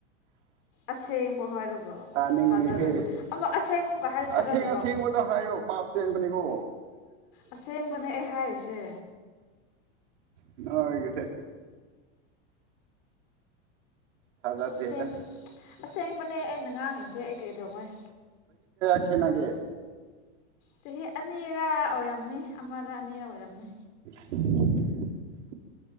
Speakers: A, on the left; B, on the right.
A: ꯑꯁꯦꯡꯕ ꯍꯥꯏꯔꯒ
B: ꯇꯥꯅꯤꯡꯗꯦꯍꯦ
A: ꯊꯥꯖꯔꯣꯏꯕ ꯑꯃ ꯑꯁꯦꯡꯕ ꯑꯃꯀ ꯍꯥꯏꯗꯤ ꯊꯥꯖꯗꯕ
B: ꯑꯁꯦꯡ ꯑꯁꯦꯡꯕꯗꯣ ꯍꯥꯏꯌꯣ ꯄꯥꯞ ꯆꯦꯟꯕꯅꯤꯀꯣ
A: ꯑꯁꯦꯡꯕꯅꯦ ꯑꯩ ꯍꯥꯏꯁꯦ
B: ꯅꯣꯏ ꯀꯁꯦ ꯊꯥꯖꯗꯦꯗ
A: ꯑꯁꯦꯡꯕ ꯑꯁꯦꯡꯕꯅꯦ ꯑꯩꯅ ꯉꯥꯡꯉꯤꯁꯦ ꯑꯩ ꯀꯔꯤꯗꯧꯉꯣꯏ
B: ꯈꯅꯒꯦ
A: ꯆꯍꯤ ꯑꯅꯤꯔꯥ ꯑꯣꯏꯔꯝꯅꯤ ꯑꯃꯥ ꯔꯥꯅꯤꯔꯃꯥꯏꯔꯝꯅꯦ
B: <unintelligible>